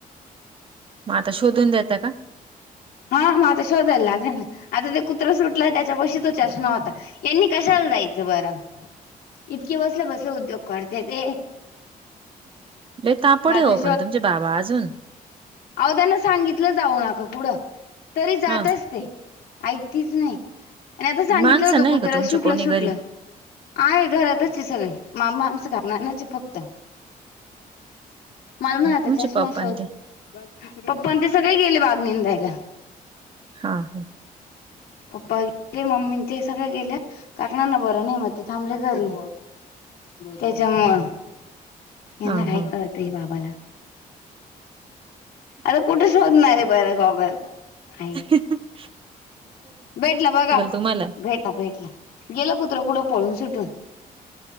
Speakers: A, on the right; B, on the left.
A: मग आता शोधून देता का?
B: हम आता शोधायला आता ते कुत्र सुटलं त्याच्या पशी तो चषमा होता. यांनी कशाला जायचं बरं. इतके बसले बसले उद्योग करते ते.
A: लय तापड
B: आता
A: आहे हो बाबा तुमचे अजून
B: अ त्यांना सांगितलं जाऊ नका कुढं तरी जातच
A: हां,
B: ते. ऐकतीच नाही आणि आता सांगितलं
A: माणसं
B: होत
A: नाही
B: कुत्रा
A: का तुमचे
B: सुटलं
A: कोणी
B: सुटलं.
A: घरी?
B: आहे घरातच आहे सगळे मामा न च काम आहे ना फक्त पप्पानी
A: तुमचे पप्पा अन् ते.
B: सगळे गेले ते बांगणी द्यायला
A: हा. हा.
B: पप्पा गेले मम्मी ते सगळे कारण यांना बरं नाही. मग ते थांबले घरी त्याच्यामुळे यांना
A: हां,
B: काय
A: हां.
B: कळतं बाबाला आता कुठे शोधणार आहे बरं खबर <inaudible>
A: ह.
B: भेटला बघा
A: तुम्हाला.
B: भेटला भेटला. गेलं कुत्रं कुठं पळून सुटून